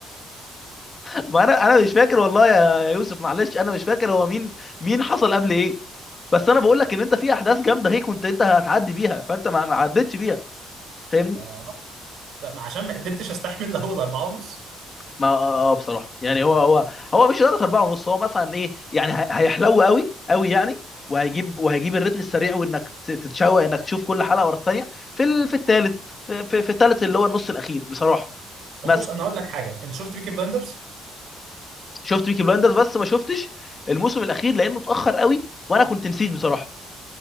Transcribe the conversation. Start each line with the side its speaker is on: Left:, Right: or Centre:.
Left: <laughs> ما انا انا مش فاكر والله يا يوسف معلش انا مش فاكر هو مين مين حصل قبل ايه بس انا بقول لك ان انت في احداث جامده هيك كنت انت هتعدي بيها فانت ما ما عدتش بيها فاهمني
Right: آه، بقى- عشان ما قدرتش استحمل اول اربعة ونص
Left: ما اه آه، آه، بصراحه يعني هو هو هو مش لدرجه أربعة ونص هو مثلا ايه يعني هي- هيحلو قوي قوي يعني وهيجيب وهيجيب الريتم السريع وانك ت- تتشوق انك تشوف كل حلقه ورا الثانيه في ال... في الثالث في, في, في الثالث اللي هو النص الاخير بصراحه
Right: طب
Left: مثلا
Right: بص انا هقول لك حاجه انت شفت بيكي بلايندرز
Left: شفت بيكي بلاندرز بس ما شفتش الموسم الاخير لانه اتاخر قوي وانا كنت نسيت بصراحه